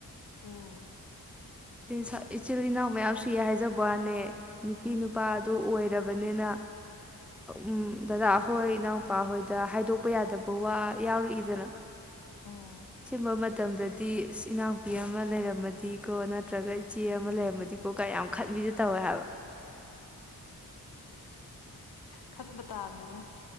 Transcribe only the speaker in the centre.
ꯆ ꯏꯆꯤꯜ ꯏꯅꯥꯎ ꯃꯌꯥꯝ ꯁꯨꯏ ꯍꯥꯏꯖꯕ ꯋꯥꯅꯦ ꯅꯨꯄꯤ ꯅꯨꯄꯥꯗ ꯑꯣꯏꯔꯕꯅꯤꯅ ꯎꯝ ꯗꯗꯥ ꯑꯩꯍꯣꯏ ꯏꯅꯥꯎꯨꯄꯥ ꯍꯣꯏꯗ ꯍꯥꯏ ꯊꯗꯣꯛꯄ ꯌꯥꯗꯕ ꯋꯥ ꯌꯥꯎꯔꯛꯏꯗꯅ
ꯆꯃ ꯃ ꯃꯇꯝꯗꯗꯤ ꯏꯅꯥꯎꯄꯤ ꯑꯃ ꯂꯩꯔꯝꯃꯗꯤꯀꯣ ꯅꯠꯇ꯭ꯔꯒ ꯏꯆꯦ ꯑꯃ ꯂꯩꯔꯝꯃꯗꯤꯀꯣ ꯀ ꯌꯥꯝ ꯈꯟꯃꯤ ꯕꯤꯗꯤ ꯇꯧꯋꯦ ꯍꯥꯏꯕ